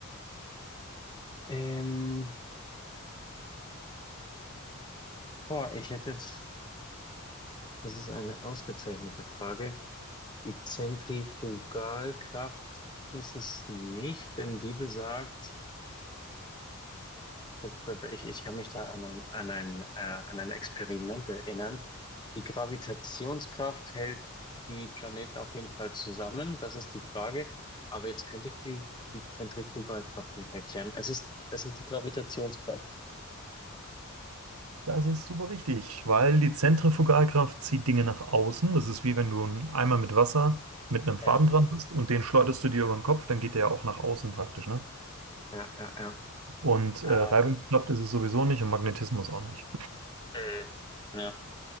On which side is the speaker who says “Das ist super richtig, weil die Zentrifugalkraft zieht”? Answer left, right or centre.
Right